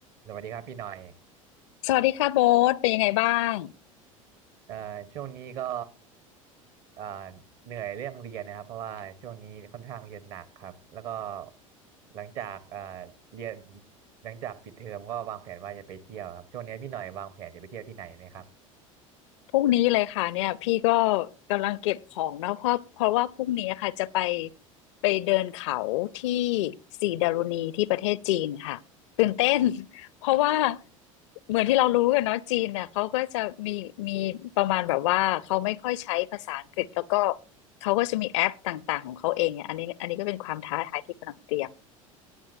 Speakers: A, on the right; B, on the left.
A: สวัสดีครับพี่หน่อย
B: สวัสดีค่ะโบ๊ทเป็นยังไงบ้าง
A: เอ่อช่วงนี้ก็เอ่อเหนื่อยเรื่องเรียนนะครับเพราะว่าช่วงนี้ค่อนข้างเรียนหนักครับแล้วก็หลังจากเอ่อเรียนหลังจากปิดเทอมก็วางแผนว่าจะไปเที่ยวครับช่วงนี้พี่หน่อยวางแผนจะไปเที่ยวที่ไหนไหมครับ
B: พรุ่งนี้เลยค่ะเนี่ยพี่ก็กำลังเก็บของนะเพราะเพราะว่าพรุ่งนี้ค่ะจะไปไปเดินเขาที่สีดารุณีที่ประเทศจีนค่ะตื่นเต้น <laughs> เพราะว่าเหมือนที่เรารู้กันเนาะจีนเนี่ยเขาก็จะมีมีประมาณแบบว่าเขาไม่ค่อยใช้ภาษาอังกฤษแล้วก็เขาก็จะมีแอปต่างๆของเขาเองเนี่ยอันนี้อันนี้ก็เป็นความท้าทายที่กำลังเตรียม